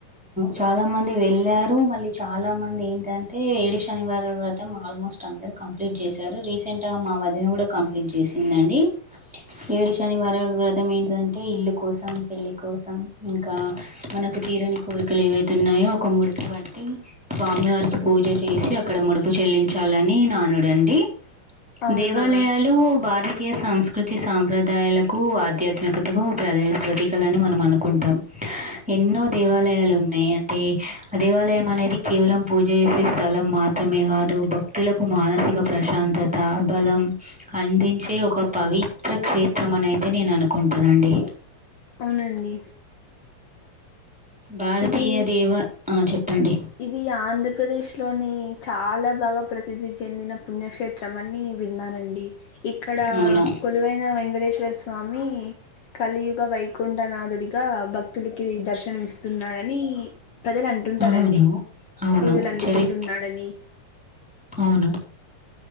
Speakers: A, in the centre; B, on the left.
A: చాల మంది వెళ్ళారు మళ్ళీ చాల మంది ఏంటంటే ఏడు శనివారాల వ్రతం ఆల్మోస్ట్ అందరు కంప్లీట్ చేశారు రీసెంట్గా మా వదిన కూడ కంప్లీట్ చేసిందండి ఏడు శనివారం <unintelligible> వ్రతం ఏంటంటే ఇల్లు కోసం పెళ్లి కోసం ఇంకా మన తీరని కోరికలు ఏవైతే ఉన్నాయో ఒక ముడుపు కట్టి స్వామి వారికి పూజ చేసి అక్కడ ముడుపు చెల్లించాలని నానుడండి
B: అవునా
A: దేవాలయాలు భార్ భారతీయ సంస్కృతి సాంప్రదాయాలకు ఆధ్యాత్మికతకు ప్ర ప్రతీకలని మనం అనుకుంటాం ఎన్నో దేవాలయాలు ఉన్నాయి అంటే ఆ దేవాలయం అనేది కేవలం పూజ చేసే స్థలం మాత్రమే కాదు భక్తులకు మానసిక ప్రశాంతత బలం అందించే ఒక పవిత్ర క్షేత్రమనైతే నేను అనుకుంటానండి
B: అవునండి
A: భారతీయ
B: ఇది
A: దేవ ఆ చెప్పండి
B: ఇది ఆంధ్రప్రదేశ్ లోని చాలా బాగా ప్రసిద్ధి చెందిన పుణ్యక్షే త్రమని విన్నానండి ఇక్కడ
A: అవును.
B: కొలువైన వెంకటేశ్వర స్వామి కలియుగ వైకుంఠనాథుడిగా భక్తులకి దర్శనం ఇస్తున్నాడని ప్రజలు అంటు ంటారండి
A: అవును. అవును.
B: పూజలు అందుకుంటున్నాడని
A: చరి అవును